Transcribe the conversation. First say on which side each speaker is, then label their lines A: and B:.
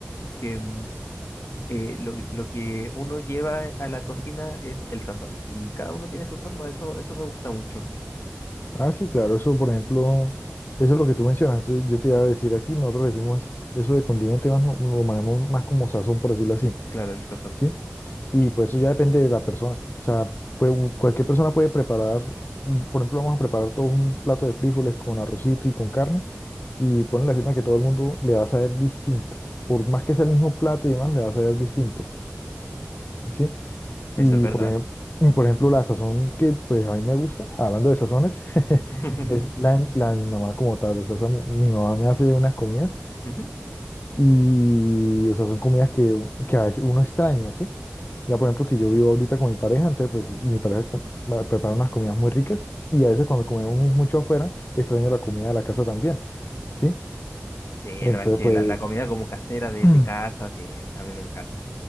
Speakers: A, on the left (about 80°); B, on the left (about 50°).
A: que, mm, eh, lo, que- lo que uno lleva a la cocina es el sazón. Y cada uno tiene su forma, eso, eso me gusta mucho.
B: Ah, sí, claro, eso, por ejemplo, eso es lo que tú mencionas. eso Yo te iba a decir aquí, nosotros le decimos eso de condimento, y más, lo lo manejamos más como sazón, por decirlo así.
A: Claro, el sazón.
B: ¿sí? Y pues eso ya depende de la persona. O sea, puede- u- cualquier persona puede preparar, mm, por ejemplo, vamos a preparar todos un plato de frijoles con arrocito y con carne y ponen la firma que todo el mundo le va a saber distinto. Por más que sea el mismo plato y demás, le va a saber distinto, ¿sí?
A: Eso
B: Y
A: es verdad.
B: por ejemplo, por ejemplo, la sazón que pues a mí me gusta, hablando de sazones, <laughs>
A: <laughs>
B: es la, de- la de mi mamá como tal. O sea, esa- mi mamá me hace unas comidas
A: Ujú.
B: Y, o sea, son comidas que, que a veces uno extraña, ¿sí? Ya, por ejemplo, que yo vivo ahorita con mi pareja, entonces, pues, mi pareja co- me prepara unas comidas muy ricas y a veces cuando comemos mucho afuera, extraño la comida de la casa también, ¿sí?
A: Sí,
B: Entonces,
A: no, es que
B: pues,
A: la, la comida como casera de,
B: <clears throat>
A: de casa, sí, a mí me encanta.